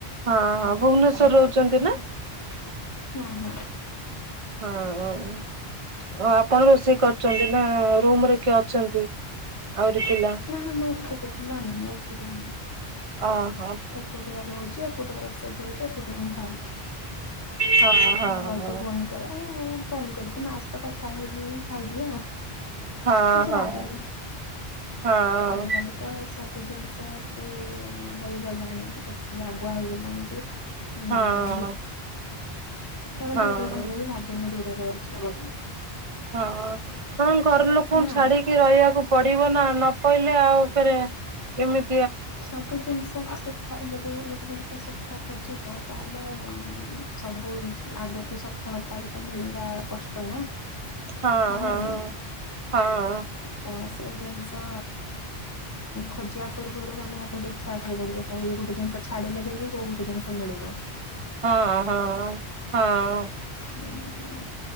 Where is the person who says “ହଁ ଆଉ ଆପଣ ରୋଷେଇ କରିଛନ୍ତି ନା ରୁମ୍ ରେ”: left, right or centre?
Right